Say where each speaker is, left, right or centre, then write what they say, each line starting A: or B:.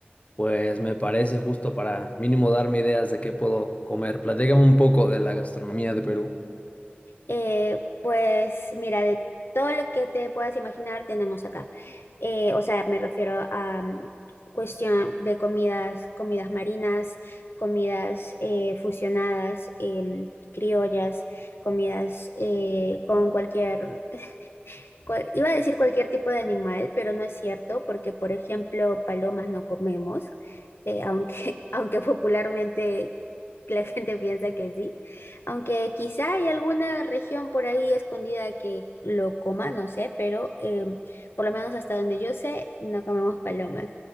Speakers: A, on the left; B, on the left.
A: Pues me parece justo para mínimo darme ideas de qué puedo comer. Platícame un poco de la gastronomía de Perú.
B: Eh, pues mira, de todo lo que te puedas imaginar tenemos acá. Eh, o sea, me refiero a mm, cuestión de comidas, comidas marinas, comidas eh, fusionadas, em, criollas, comidas eh, con cualquier cual- iba a decir cualquier tipo de animal, pero no es cierto, porque por ejemplo, palomas no comemos, eh, aunque, <laughs> aunque popularmente la gente piensa que sí, aunque quizá hay alguna región por ahí escondida que lo coma, no sé, pero em, por lo menos hasta donde yo sé, no comemos palomas.